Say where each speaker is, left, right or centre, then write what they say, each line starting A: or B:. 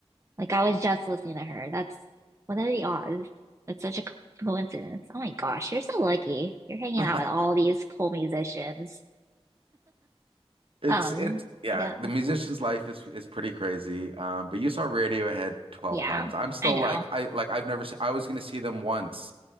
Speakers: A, on the right; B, on the right.
A: Like I was just listening to her. That's what are the odds? That's such a co- coincidence. Oh my gosh, you're so lucky. You're hanging
B: <laughs>
A: out with all these cool musicians.
B: It's
A: Um,
B: it's yeah,
A: yeah.
B: the musician's life is is pretty crazy. Um, but you saw Radiohead 12
A: Yeah,
B: times. I'm still
A: I know.
B: like I like I've never seen I was gonna see them once